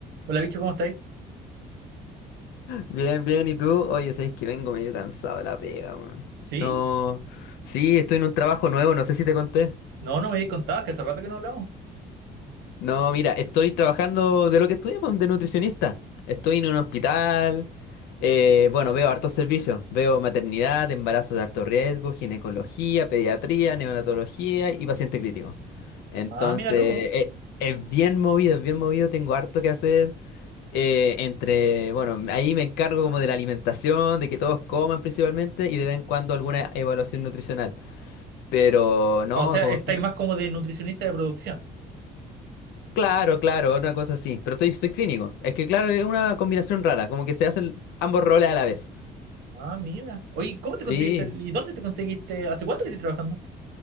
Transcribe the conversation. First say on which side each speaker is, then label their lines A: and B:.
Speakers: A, on the right (about 70°); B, on the left (about 85°).
A: Hola, bicho, ¿cómo estáis?
B: Bien, bien, ¿y tú? Oye, sabes que vengo medio cansado de la pega, weón.
A: ¿Sí?
B: No, sí, estoy en un trabajo nuevo, no sé si te conté.
A: No, no me habéis contado, que hace rato que no hablamos.
B: No, mira, estoy trabajando de lo que estudié, pues, de nutricionista. Estoy en un hospital, eh, bueno, veo hartos servicios. Veo maternidad, embarazos de alto riesgo, ginecología, pediatría, neonatología y paciente crítico. Entonces,
A: Ah, mira tú. ¿no?
B: eh, es bien movido, es bien movido, tengo harto que hacer. eh, entre, bueno, ahí me encargo como de la alimentación, de que todos coman principalmente y de vez en cuando alguna evaluación nutricional. Pero no,
A: Ah, O sea,
B: como
A: estáis
B: estoy...
A: más como de nutricionista de producción.
B: Claro, claro, una cosa así. Pero estoy, estoy clínico. Es que claro, es una combinación rara, como que se hacen ambos roles a la vez.
A: Ah, mira. Oye, ¿cómo
B: Sí,
A: te conseguiste? el- ¿Y dónde te conseguiste? ¿Hace cuánto que estás trabajando?